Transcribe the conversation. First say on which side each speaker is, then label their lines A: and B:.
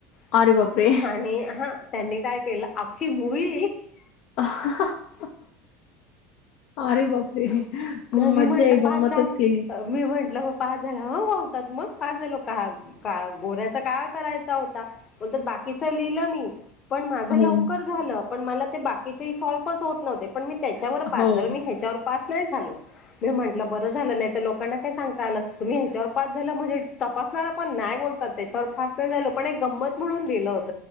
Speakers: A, on the left; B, on the left.
A: <inaudible>
B: अरे बापरे!
A: आणि हा त्यांनी काय केलं आखी मुूवी लि <unintelligible>
B: <unintelligible> अरे बापरे!
A: <inaudible> नाही मी
B: मज्जा
A: म्हंटलं
B: आहे,
A: पाच
B: गंमतच
A: <inaudible> झाल
B: केली.
A: मी म्हंटलं <unintelligible> <unintelligible> <unintelligible> करायचा होता <unintelligible> बाकीच लिहिलं मी पण माझ लवकर
B: हो,
A: झालं. पण मला ते बाकीचे सॉल्फच होत नव्हते पण मी त्याच्यावर पास
B: हो.
A: जरा मी ह्याच्यावर पास नाही झालो. मी म्हंटलं बरं झालं नाही तर लोकांना, काय सांगता आलं तुम्ही ह्याच्यावर पास झाला म्हणजे तपासणार पण नाही बोल <inaudible> त्याच्यावर फास्ट नाही झालो पण एक गंमत म्हून दिलं होत.